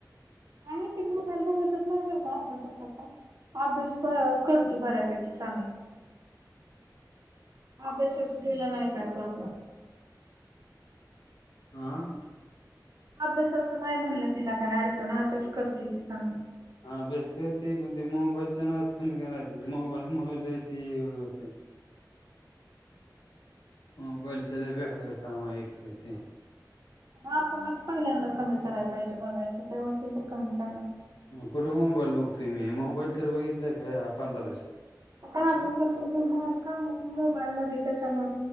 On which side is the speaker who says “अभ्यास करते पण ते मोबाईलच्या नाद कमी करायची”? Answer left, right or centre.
Left